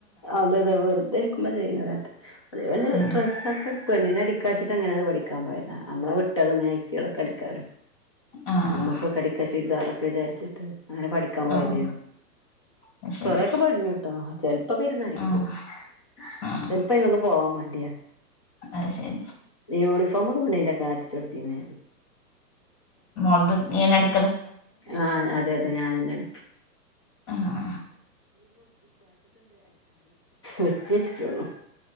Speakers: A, on the left; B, on the left.
A: അതതെ വെറുതെരിക്കുമ്പോ ചെയ്യണതാണ്. <inaudible> <unintelligible>
B: ഉം
A: ഡ്രസ്സൊക്കെ പെണ്ണിനെടുക്കാച്ചിട്ട അങ്ങനത് പ ഠിക്കാൻ പോയതാ. നമ്മള വിട് ട്ടത് മാക്സിമം കട്ക്കാലോ
B: ആഹ്
A: നമ്മക്കൊക്കെ അടിക്കാ ചുരിദാറ് വിചാരിച്ചിട്ട് അങ്ങനെ പഠിക്കാൻ പോയതേരുന്നു.
B: ആഹ് ആഹ് അത് ശരി
A: കൊറേക്കെ പഠിഞ്ഞു ട്ടോ. ശെരി പ്പോക്കെ ഇരുന്നടിക്കും
B: ആഹ് ആഹ്
A: ചെലപ്പോ ഇൻക്ക് പോവാൻ മ ട്യാ
B: അത് ശരി
A: യൂണിഫോമൊക്കെ ഉണ്ണിന്റെ ഒക്കെ അടിച്ചു കൊടുത്തിന്ന് ഞാന്
B: അന്ത് നീയെന്നെ അടി
A: ആ അതെ അതെ ഞാനന്നേ അ
B: ആ ആ
A: ഉറ്റ്ച്ചിട്ട്ള്ളൂ